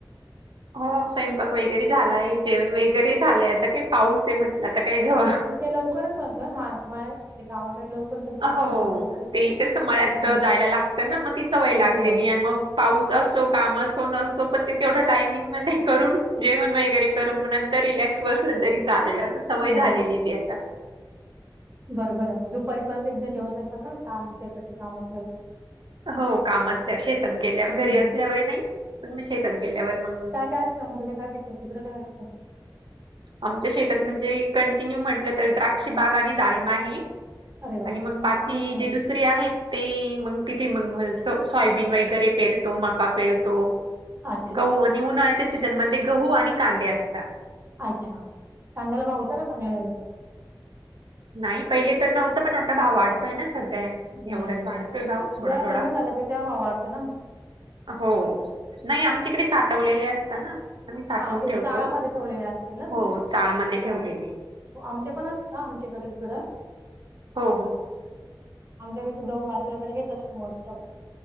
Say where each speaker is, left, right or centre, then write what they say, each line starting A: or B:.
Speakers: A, on the right; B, on the right.
A: हो स्वयंपाक वगैरे झालाय. जेवण वगैरे झालंय. आता काय पाऊस आहे म्हटलं आता काही ज-
B: ते लवकरच असं हाे गावाकडे लवकर- स्वयंपाक
A: हो.
B: जेवण लवकर होतं
A: ते
B: ना
A: कस मळ्यात
B: हा
A: जायला लागतं ना? मग ती सवय
B: त्याच्यामुळे
A: लागलेलीए मग- पाऊस असो. काम असो नसो. पण ते तेवढ टायमिंग मधे करून जेवण वगैरे- तर नंतर रिलॅक्स बसलं तरी चालेल. अस सवय
B: बरोबर
A: झालेलीए ती आता.
B: बरोबर आहे. दुपारी परत एकदा जेवत असाल ना? काम शेताचं काम अस हो-
A: हो काम असल्यावर. शेतात गेल्यावर घरी
B: हम्म.
A: असल्यावर नाही. पण मग शेतात गेल्यावर मंग -
B: <unintelligible> हो तिकडे काय असतं?
A: आमच्या शेतात म्हणजे? कंटिन्यू म्हटलं तर द्राक्ष बाग आणि डाळिंब आहे.
B: अरे बाप!
A: आणि मग बाकी
B: छानच आहे.
A: जे दुसर- रे आहेत ते. मग तिथे मग सोयाबीन वगैरे पेरतो, मका पेरतो-
B: अच्छा,
A: गहू आणि उन्हाळ्याच्या सीझनमध्ये गहू आणि कांदे असतात.
B: अच्छा. कांद्याला भाव होता का चांगला यावेळेस?
A: नाही पहिले तर नव्हता. पण आता भाव वाढतोय ना सध्या.
B: हम्.
A: एवढ्यात वाढतोय भाव थोडा
B: जेव्हा
A: थोडा
B: कमी झाला का? तेव्हा भाव वाढतो ना मग?
A: हो. नाही आमच्याकडे साठवलेले असता ना? आम्ही साठवून
B: हा. ते
A: ठेवतो.
B: चाळमध्ये ठेवलेले असतील ना तुमचे?
A: हो
B: चाळ-
A: चाळमध्ये ठेवलेले
B: आमचे पण असता. आमच्याकडे तिकडं.
A: हो. हो.
B: आमच्याकडचे गहू बाजरे वगैरे हेच असतं मोस्ट ऑफ.